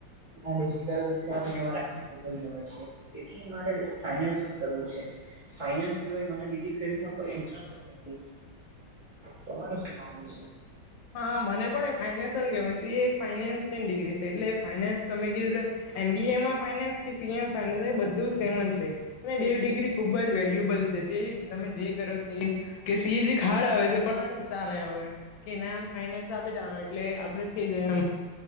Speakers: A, on the right; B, on the left.
A: ના ડિજિટલ હિસાબને એવા રાખવા ખુબ જ ગમે છે એથી મારે ફાઈનાન્સ જ કરવું છે ફાઈનાન્સ સિવાય મને બીજી ફિલ્ડમાં કોઈ ઇન્ટરેસ્ટ નથી તમારું શું માનવું છે
B: હા મને પણ ફાાઈનાન્સ ગમે સી એ એક ફાઈનાન્સ ની ડિગ્રી છે એટલે ફાઈનાન્સ તમે કીધૂ તેમ એમ બી એમાં ફાનાન્સ કે સીએ મા ફાયનન્સ એ બધું સેમ જ છે મે બેઓ ડિગ્રી ખુબ જ વેલ્યુએબલ છે તે તમે જે કરો તે કે સી એજી ખાડ આવે છે પણ ચાલે હવે કે ના આમ ફાઈનાન્સ આપી દેવાનો એટલે આપડે થઈ જાય એમ